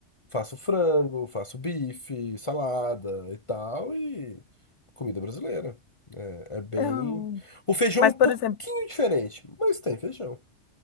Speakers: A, on the left; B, on the left.
A: Faço frango, faço bife, salada e tal, e comida brasileira. É, é bem.
B: Não.
A: O feijão
B: Mas,
A: é um
B: por
A: pouquinho
B: exemplo,
A: diferente, mas tem feijão.